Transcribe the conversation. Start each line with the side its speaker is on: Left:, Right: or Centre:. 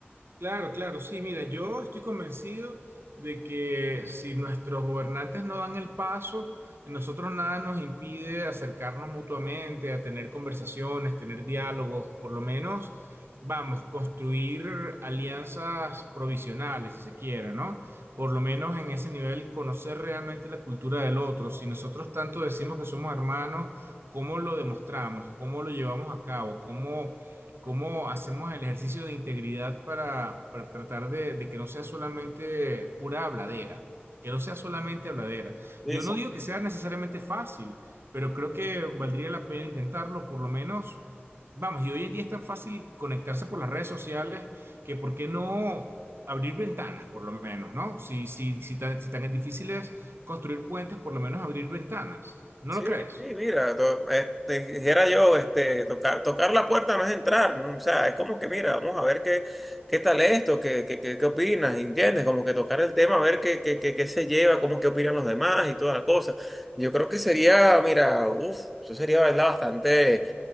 Right: Claro, claro, sí, mira, yo estoy convencido de que si nuestros gobernantes no dan el paso, nosotros nada nos impide acercarnos mutuamente, a tener conversaciones, tener diálogos, por lo menos, vamos, construir alianzas provisionales, si se quiere, ¿no? Por lo menos en ese nivel, conocer realmente la cultura del otro. Si nosotros tanto decimos que somos hermanos, ¿cómo lo demostramos? ¿Cómo lo llevamos a cabo? ¿Cómo cómo hacemos el ejercicio de integridad para, para tratar de, de que no sea solamente pura habladera, que no sea solamente habladera.
Centre: Sí,
Right: Yo
Centre: sí.
Right: no digo que sea necesariamente fácil, pero creo que valdría la pena intentarlo, por lo menos, vamos, y hoy en día es tan fácil conectarse por las redes sociales que por qué no abrir ventanas, por lo menos, ¿no? Si, si, si tan, si tan difícil es construir puentes, por lo menos abrir ventanas. ¿No
Centre: Sí,
Right: lo crees?
Centre: sí, mira, to- este, dijera yo, este, tocar, tocar la puerta no es entrar, ¿no? O sea, es como que, mira, vamos a ver qué, qué tal esto, qué, qué, qué, qué opinas, ¿entiendes? Como que tocar el tema, a ver qué, qué, qué, qué se lleva, cómo qué opinan los demás y toda la cosa. Yo creo que sería, mira, uff, eso sería, ¿verdad? Bastante